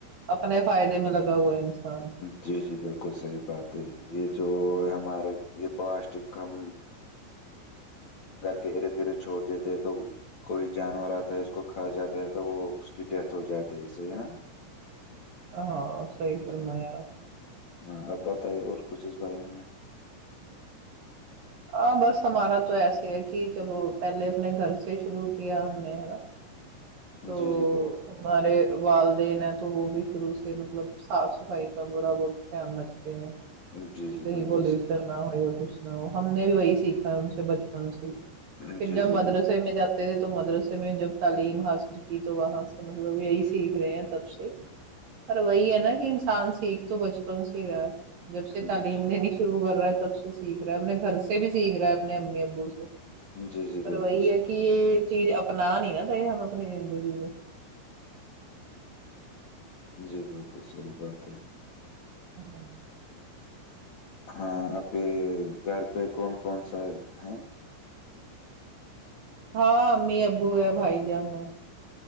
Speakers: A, on the right; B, on the left.
A: اپنے فائدے میں لگا ہوا ہے انسان
B: جی جی ب بالک صحیح بات ہے یہ جو ہمارے یہ پلاسٹک ہم گھر کے ارد گرد چھوڑ دیتے تو کوئی جانور آتا ہے اس کو کھا جاتا ہے تو وہ اس کی ڈیتھ ہو جاتی ہے اس سے ہے نا
A: ہاں صحیح فرلم ہےپ
B: ہاں اب بتائیے اور کچھ اس بارے میں
A: آ بس ہمارا تو ایسے ہے کہ چلو پہلے اپنے گھر سے شرو کیا ہم نے ہے نا تو
B: جی جی بالکل
A: ہمارے والدین ہیں تو وہ بھی شروع سے مطلب صاف صفائی کا بڑا بہت دھیان رکھتے ہیں
B: بالکل جی
A: کہ
B: جی
A: کہیں
B: بالکل
A: بول چلنا ہو یا کچھ نہ ہو ہم نے بھی وہی سیکھا ہے ان سے بچپن سے
B: صحیح۔
A: پھر
B: جی
A: جب مدرسے
B: جی بالکل
A: میں جاتے تھے تو مدرسے میں جب تعلیم حاصل ک تو وہاں سے مطلب یہی سیکھ رہے ہیں تب سے پر وہی ہے نا کہ انسان سیکھ تو بچپن سے ہی رہا ہے جب سے تعلیم
B: جی
A: لینی شروع کر رہا ہے تب سے سیکھ رہا ہے اپنے گھر سے بھی سیکھ رہا ہے اپنے امی ابو سے
B: جی جی
A: پر
B: بالکل
A: وہی ہے کہ یہ چیز اپنا نہیں نہا رہے ہم ہم اپنی زندگی میں
B: جی بالکل صحیح بات ہے
A: جچ <unintelligible>
B: ہاں ا کے گھر پہ کون کون سا ہے
A: ہاں امی ابو ہے بھائی جان ہے